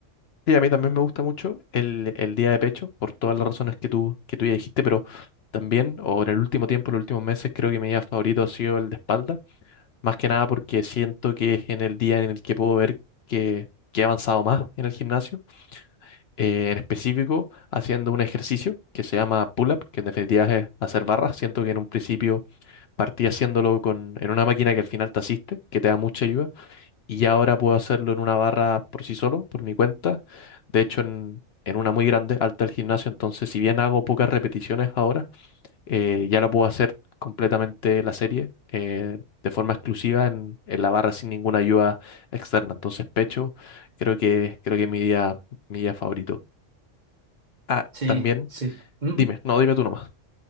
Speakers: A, on the left; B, on the right.
A: Sí, a mí también me gusta mucho el, el día de pecho, por todas las razones que tú, que tú ya dijiste, pero también, o en el último tiempo, los últimos meses, creo que mi día favorito ha sido el de espalda, más que nada porque siento que es en el día en el que puedo ver que, que he avanzado más en el gimnasio, eh, en específico haciendo un ejercicio que se llama pull-up, que en definitiva es hacer barras, siento que en un principio partí haciéndolo con, en una máquina que al final te asiste, que te da mucha ayuda y ya ahora puedo hacerlo en una barra por sí solo, por mi cuenta. De hecho, en, en una muy grande, alta del gimnasio, entonces si bien hago pocas repeticiones ahora, eh, ya la puedo hacer completamente la serie eh, de forma exclusiva en, en la barra sin ninguna ayuda externa. Entonces pecho, creo que, creo que es mi día, mi día favorito. Ah,
B: Sí,
A: también,
B: sí. Mm.
A: dime, no, dime tú nomás.